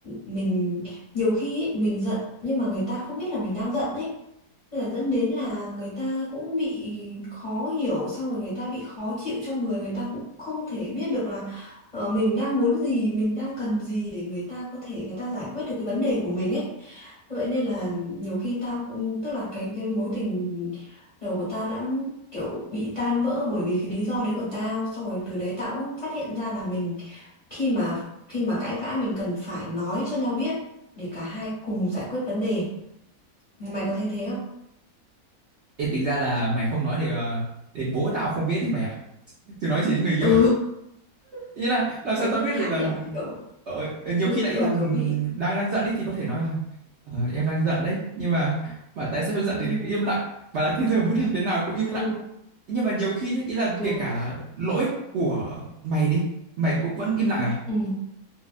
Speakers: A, on the left; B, on the right.
A: mình nhiều khi ấy, mình giận nhưng mà người ta không biết là mình đang giận ấy nên là dẫn đến là người ta cũng bị khó hiểu xong rồi người ta bị khó chịu trong người người ta cũng không thể biết được là ờ, mình đang muốn gì mình đang cần gì để người ta có thể người ta giải quyết được cái vấn đề của mình ấy vậy nên là nhiều khi tao cũng tức là cái cái mối tình đầu của tao đã kiểu bị tan vỡ bởi vì cái lý do đấy của tao xong rồi từ đấy tao cũng phát hiện ra là mình khi mà khi mà cãi vã mình cần phải nói cho nhau biết để cả hai cùng giải quyết vấn đề mày có thấy thế không
B: Ê, tính ra là mày không nói thì, ờ, đến bố tao không biết thì mày ạ, chứ nói chỉ đến người
A: ừ
B: yêu. ý là
A: <laughs>
B: làm
A: đấy
B: sao tao biết
A: hãm
B: được là
A: nhở kiểu
B: ờ, ờ, nhiều
A: ừ
B: khi là ý
A: kiểu
B: là ừm,
A: kiểu bị
B: đang đang giận ý thì có thể nói là "Ờ, em đang giận đấy nhưng mà bảo tại sao em giận thì
A: ừ
B: lại cứ im lặng bảo là thế giờ muốn làm thế nào cũng im lặng
A: ừ
B: nhưng mà nhiều khi nhá, ý là
A: ừ,
B: kể cả là lỗi của mày đi mày cũng vẫn im lặng à
A: ừ.